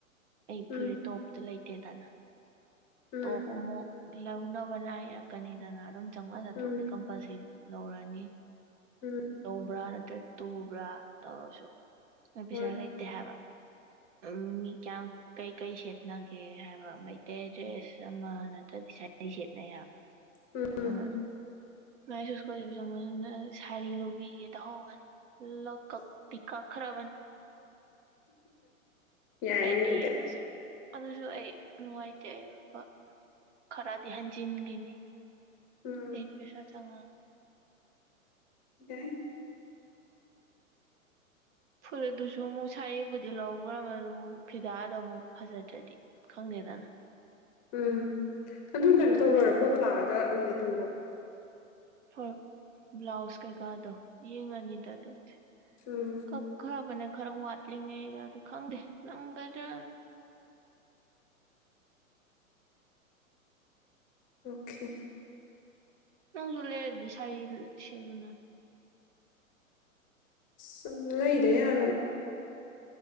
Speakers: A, on the right (about 55°); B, on the left (about 20°).
A: ꯑꯩ
B: ꯎꯝ
A: ꯐꯨꯔꯤꯦ ꯇꯣꯞꯇ ꯂꯩ ꯀꯦꯗꯅ
B: ꯎꯝ
A: ꯇꯣꯄꯃꯣ ꯂꯒꯅꯕꯔ ꯀꯅꯤꯗꯅꯔꯝ ꯆꯪꯉ
B: ꯎꯝ
A: ꯇ꯭ꯔꯨꯛꯗꯤ ꯀꯝꯄꯜꯁꯔꯤ ꯂꯧꯔꯅꯤ
B: ꯎꯝ
A: ꯂꯧꯕ꯭ꯔꯥ ꯅꯠꯇ꯭ꯔꯒ ꯇꯨꯕ꯭ꯔꯥ ꯇꯧꯔꯁꯨ ꯅꯣꯏ ꯄꯩꯁꯥ
B: ꯍꯣꯏ
A: ꯂꯩꯇꯦ ꯍꯥꯏꯕ ꯎꯝ ꯀ ꯀꯩꯀꯩ ꯁꯦꯠꯅꯒꯦ ꯍꯥꯏꯕ ꯃꯩꯇꯩ ꯗ꯭ꯔꯦꯁ ꯑꯃ ꯅꯠꯇ꯭ꯔꯗꯤ ꯁꯅꯩ ꯁꯦꯠꯅꯩ ꯍꯥꯏꯕ
B: ꯎꯝ
A: ꯑ ꯃꯥꯏ ꯁꯁ ꯀꯣꯏꯕ ꯆꯪꯕꯅꯤꯅ ꯁꯥꯔꯤ ꯂꯧꯕꯤꯒꯦ ꯇꯥꯍꯧꯕꯅꯤ ꯀꯛꯇꯤ ꯀꯛꯈ꯭ꯔꯕꯅꯤ
B: ꯌꯥꯏꯩꯅ
A: ꯑꯩ
B: ꯑꯗꯨꯗ
A: ꯑꯗꯨꯁꯨ ꯑꯗꯨꯁꯨ ꯑꯩ ꯅꯨꯡꯉꯥꯏꯇꯦ ꯑꯔꯨꯕ ꯈꯔꯗꯤ ꯍꯟꯖꯤꯟꯈꯤꯅꯤ
B: ꯎꯝ
A: ꯑꯩ ꯄꯦꯁꯥ ꯆꯉ
B: ꯅꯤ
A: ꯐꯨꯔꯤꯠꯇꯨꯁꯨ ꯑꯃꯨꯛ ꯁꯕꯨꯗꯤ ꯂꯧꯈ꯭ꯔꯗꯨꯕꯨ ꯐꯤꯗꯥꯗꯣ ꯑꯃꯨꯛ ꯐꯖꯗ꯭ꯔꯗꯤ ꯈꯪꯗꯦꯗꯅ
B: ꯎꯝ ꯑꯗꯨꯝ ꯀꯩꯅꯣ ꯇꯧꯔꯣꯏꯔ ꯄꯣꯠꯇꯣ ꯂꯥꯛꯑꯒ ꯂꯣꯏꯅ ꯇꯨꯔꯣ
A: ꯍꯣꯏ ꯕ꯭ꯂꯥꯎꯁ ꯀꯩꯀꯥꯗꯣ ꯌꯦꯡꯉꯅꯤꯗ ꯑꯗꯨꯗꯤ
B: ꯎꯝ
A: ꯀꯛ ꯈꯥ ꯃꯅꯦ ꯈꯔ ꯋꯥꯠꯂꯤꯉꯦ ꯌꯥꯗ ꯈꯪꯗꯦ ꯅꯪꯒꯗ
B: ꯑꯣꯀꯦ
A: ꯅꯪꯁꯤꯂ ꯁꯥꯏ ꯁꯕꯅ
B: ꯁꯪ ꯂꯩꯗ ꯌꯥꯔꯣꯏ